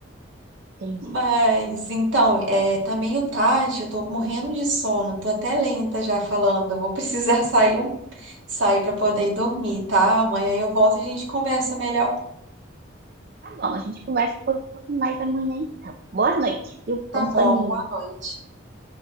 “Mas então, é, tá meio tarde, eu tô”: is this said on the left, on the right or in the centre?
Right